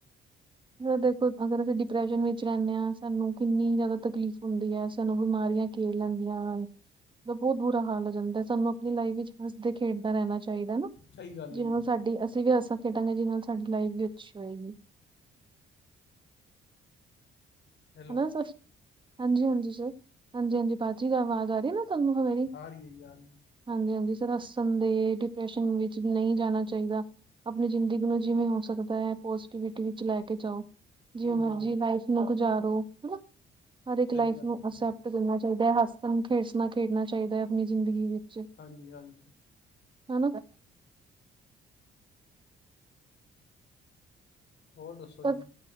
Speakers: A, on the right; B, on the left.
A: ਦੇਖੋ ਅਗਰ ਅਸੀਂ ਡਿਪਰੈਸ਼ਨ ਵਿੱਚ ਰਹਿੰਦੇ, ਹਾਂ ਸਾਨੂੰ ਕਿੰਨੀ ਜ਼ਿਆਦਾ ਤਕਲੀਫ਼ ਹੁੰਦੀ ਹੈ। ਸਾਨੂੰ ਬਿਮਾਰੀਆਂ ਘੇਰ ਲੈਂਦੀਆਂ ਹਨ। ਬਹੁਤ ਬੁਰਾ ਹਾਲ ਹੋ ਜਾਂਦਾ ਹੈ, ਸਾਨੂੰ ਆਪਣੀ ਲਾਈਫ ਵਿੱਚ ਹੱਸਦੇ ਖੇਡਦੇ ਰਹਿਣਾ ਚਾਹੀਦਾ। ਚਾਹੀਂਦਾ
B: ਸਹੀ ਗੱਲ
A: ਜਿਹਦੇ
B: ਹੈ ਜੀ
A: ਨਾਲ ਸਾਡੀ ਅਸੀਂ ਵੀ ਹਸਾ ਖੇਡਾਂਗੇ। ਜਿਹਦੇ ਨਾਲ ਸਾਡੀ ਲਾਈਫ ਵੀ ਅੱਛੀ ਹੋਏਗੀ।
B: ਹੈਲੋ
A: ਹਨਾ, ਹਾਂਜੀ ਹਾਂਜੀ ਸਰ, ਹਾਂਜੀ-ਹਾਂਜੀ ਪਾਜੀ ਆਵਾਜ਼ ਆ ਰਹੀ ਨਾ ਤੁਹਾਨੂੰ ਮੇਰੀ,
B: ਆ ਰਹੀ ਹੈ ਜੀ ਆ ਰਹੀ ਹੈ
A: ਹਾਂਜੀ ਹਾਂਜੀ ਸਰ ਹੱਸਣ ਦੇ ਡਿਪ੍ਰੈਸ਼ਨ ਵਿੱਚ ਨਹੀਂ ਜਾਣਾ ਚਾਹੀਦਾ। ਆਪਣੀ ਜ਼ਿੰਦਗੀ ਨੂੰ ਜਿਵੇਂ ਹੋ ਸਕਦਾ ਹੈ, ਪੋਜੀਟੀਿਵਿਟੀ ਵਿੱਚ ਲੈ ਕੇ ਜਾਓ। ਜਿਵੇਂ
B: ਹੂੰ
A: ਮਰਜ਼ੀ
B: ਹੂੰ
A: ਲਾਈਫ ਨੂੰ ਗੁਜ਼ਾਰੋ ਹਨਾ, ਹਰ ਇੱਕ
B: ਸਹੀ
A: ਲਾਈਫ
B: ਗੱਲ
A: ਨੂੰ
B: ਹੈ ਜੀ
A: ਅ ਦੇਣਾ ਚਾਹੀਦਾ ਹੈ ਹੱਸਣ ਖੇਡਣਾ ਚਾਹੀਦਾ ਹੈ, ਆਪਣੀ ਜ਼ਿੰਦਗੀ ਵਿੱਚ,
B: ਹਾਂਜੀ ਹਾਂਜੀ,
A: ਹੂੰ,
B: ਹੋਰ ਦੱਸੋ
A: ਪਰ
B: ਜੀ?